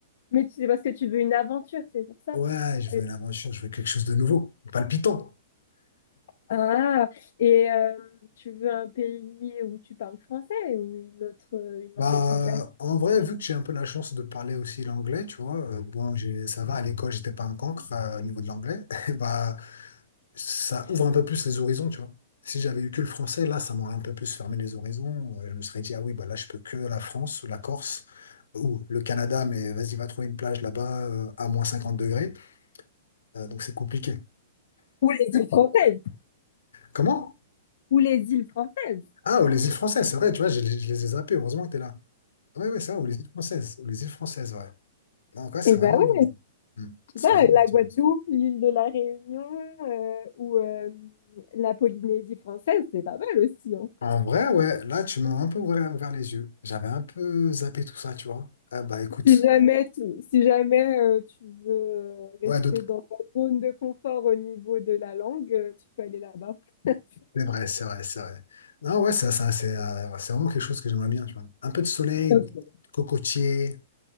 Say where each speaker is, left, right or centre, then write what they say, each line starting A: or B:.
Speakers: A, on the left; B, on the left.
A: mais c'est parce que tu veux une aventure, c'est pour ça.
B: Ouais, je veux
A: Mais-
B: l'aventure, je veux quelque chose de nouveau, palpitant.
A: Ah, et euh, tu veux un pays où tu parles français ou une autre, euh, une langue
B: Bah,
A: étrangère?
B: en vrai, vu que j'ai un peu la chance de parler aussi l'anglais, tu vois, euh, bon, j'ai, ça va, à l'école, j'étais pas un cancre euh, au niveau de l'anglais, <laughs> bah, ça ouvre un peu plus les horizons, tu vois. Si j'avais eu que le français, là, ça m'aurait un peu plus fermé les horizons. Euh, je me serais dit, ah oui, bah là, je peux que la France, la Corse ou le Canada, mais vas-y, va trouver une plage là-bas euh, à moins 50 degrés. Euh, donc c'est compliqué.
A: Ou les îles françaises.
B: Comment?
A: Ou les îles françaises.
B: Ah, ou les îles françaises, c'est vrai, tu vois, je, les je les ai zappées, heureusement que t'es là. Ouais, ouais, ça, ou les îles françaises, ou les îles françaises, ouais. Donc ouais, c'est
A: Eh
B: vraiment...
A: ben oui
B: hmm,
A: tu
B: c'est
A: vois,
B: vraiment
A: la
B: un petit
A: Guadeloupe,
B: peu...
A: l'île de la Réunion euh, ou euh, la Polynésie française, c'est pas mal aussi. hein.
B: En vrai, ouais, là, tu m'as un peu ouvert, ouvert les yeux. J'avais un peu zappé tout ça, tu vois. Ah bah écoute,
A: Si jamais, tu, si jamais euh, tu veux euh, rester
B: ouais, d'autres...
A: dans ta zone de confort au niveau de la langue, euh, tu peux aller là-bas. <laughs>
B: C'est vrai, c'est vrai, c'est vrai. Non, ouais, ça, ça, c'est euh, ouais, c'est vraiment quelque chose que j'aimerais bien, tu vois. Un peu de soleil,
A: Ok.
B: cocotier.